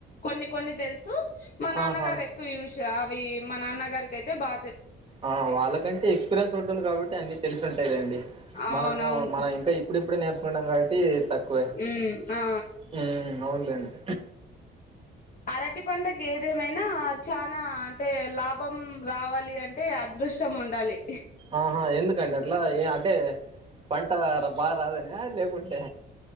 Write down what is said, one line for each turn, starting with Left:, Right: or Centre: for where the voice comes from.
Left: కొన్ని కొన్ని తెలుసు మా నాన్నగారు
Right: ఆహా
Left: ఎక్కువ యూస్ అవి మా నాన్నగారికి అయితే బా
Right: ఆ వాళ్ళకంటే ఎక్స్పీరియన్స్ ఉంటుంది కాబట్టి అన్ని తెలిసి ఉంటాయి లెండి
Left: అవునవును
Right: మనకు మనం ఇంకా ఇప్పుడు ఇప్పుడు నేర్చుకుంటం కాబట్టి తక్కువే
Left: ఊ ఆ
Right: ఉమ్ అవునులేండి
Left: అరటి పంటకు ఏదేమైనా చనా అంటే లాభం రావాలి అంటే అద్ దృష్టం ఉండాలి
Right: ఆహా ఎందుకండి అట్లా ఏ అంటే పంట ర బాగా రాదన లేకుంటే